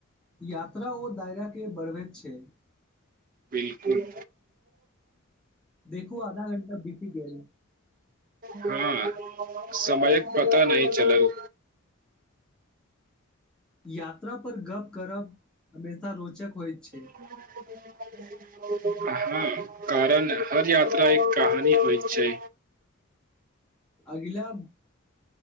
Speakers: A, in the centre; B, on the right.
A: यात्रा ओ दायरा के बढ़बैत छै
B: बिलकुल
A: देखू आधा घंटा बीति गेल
B: हँ समयक पता नही चलल
A: या पर गप करब हमेशा रोज चेक होइत
B: <unintelligible>
A: छै
B: कारण हर यात्रा एक कहानी होइत छै
A: अगिला